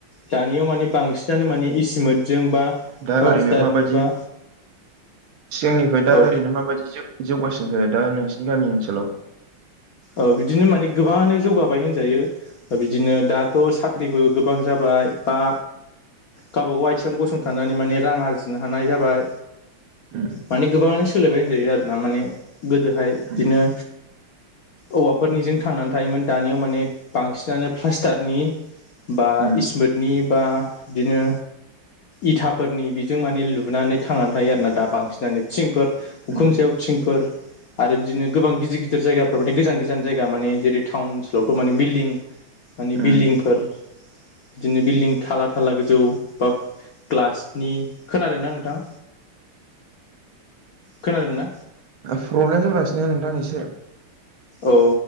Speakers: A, on the left; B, on the right.
A: दानियाव माने बांसिनानो माने इसिमोतजों बा
B: दा
A: प्लास्टारनि
B: ओरैनो माबायदि
A: बा
B: सिगांनिफ्राय दा
A: औ
B: ओरैनो माबायदि जौगासिनखो दा नोंसिनि गामि ओनसोलाव
A: औ बिदिनो माने गोबाङानो जौगाबाय होनजायो बिदिनो दाथ' साख्रिबो गोबां जाबाय बाय बा गावबा गाव आथिङं गसंथानानै माने रां आरजिनो हानाय जाबाय
B: उम
A: माने गोबाङानो सोलायबाय होनजायो आरो ना माने गोदोहाय
B: उम
A: बिदिनो औवाफोरनिजों थांनानै थायोमोन दानियाव माने बांसिनानो प्लास्टारनि बा
B: उम
A: इसमोरतनि बा बिदिनो इथाफोरनि बेजों माने लुनानै थांनानै थायो आरोना दा बांसिनानो थिंफोर उखुमसायाव
B: उम
A: थिंफोर आरो बिदिनो गोबां गिदिर गिदिर जायगाफोर गोजान गोजान जायगा माने जेरै टाउन ओनसोलावथ' माने बिल्डिं माने
B: उम
A: बिल्डिंफोर बिदिनो बिल्डिं थाला थाला गोजौ बा ग्लासनि खोनादोंना नोंथां खोनादों ना
B: प्रब्लेम जागासिनो नोंथां एसे
A: औ